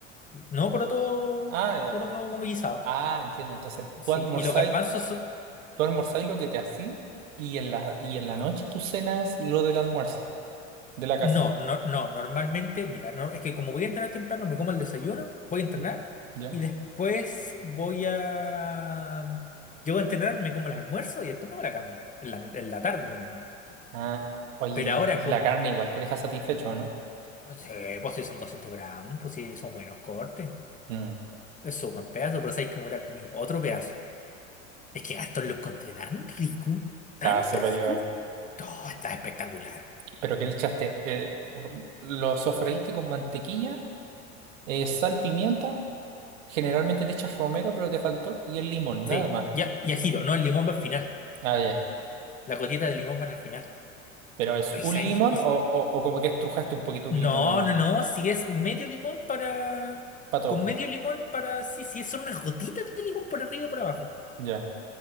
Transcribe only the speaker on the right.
Ah, ya.
Ah, entiendo. Entonces,
tú almorzáis,
tú almorzáis lo que te hacís y en la, y en la noche tú cenas lo del almuerzo de la casa.
Mm, Ya.
Ah, oye,
la,
la
carne igual te deja satisfecho, ¿no?
Mm,
está
superior.
¿Pero qué le echaste? Eh, ¿lo sofreíste con mantequilla, eh, sal, pimienta? Generalmente le echas romero, pero te faltó. Y el limón,
nada más.
Ah, ya.
¿Pero es
un
limón
o, o, o como que estrujaste un poquito
un limón nomás?
Para todo.
Ya.